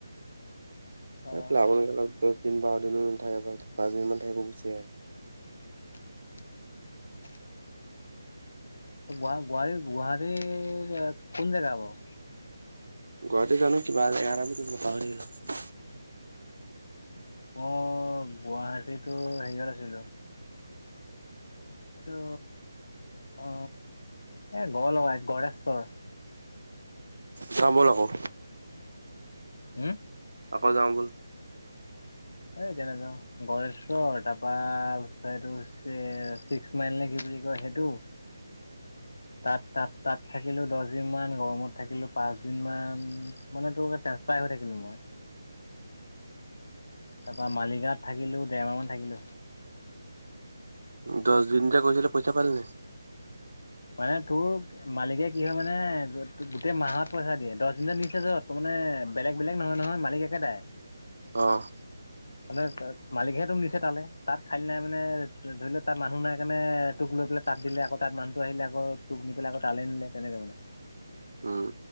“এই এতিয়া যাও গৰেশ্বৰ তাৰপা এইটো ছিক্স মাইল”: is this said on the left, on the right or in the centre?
Left